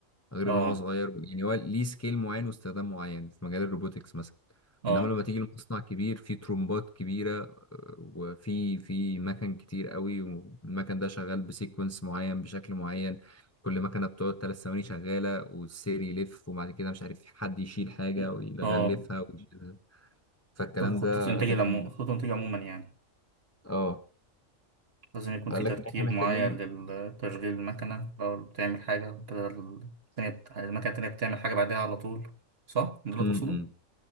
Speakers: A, on the left; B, on the right.
A: غير
B: اه
A: ان هو صغير يعني هو ليه سكيل معين واستخدام معين في مجال الروبوتكس مثلا
B: اه
A: انما لما تيجي لمصنع كبير فيه ترومبات كبيره وفي في مكن كتير قوي والمكن ده شغال بسيكونس معين بشكل معين كل مكنه بتقعد ثلاث ثواني شغاله والسير يلف وبعد كده مش عارف حد يشيل حاجه ويغلفها
B: اه
A: ويشيلها فالكلام
B: خطوط
A: ده
B: الانتاج
A: لكن
B: العمو- خطوط الانتاج عموما يعني
A: اه
B: لازم يكون
A: قال
B: في ترتيب
A: لك ان احنا محتاجين
B: معين لتشغيل المكنة لو بتعمل حاجة كده التانية بت... المكنة التانية بتعمل حاجة بعدها على طول صح؟ ده اللي
A: م
B: تقصده؟
A: -م.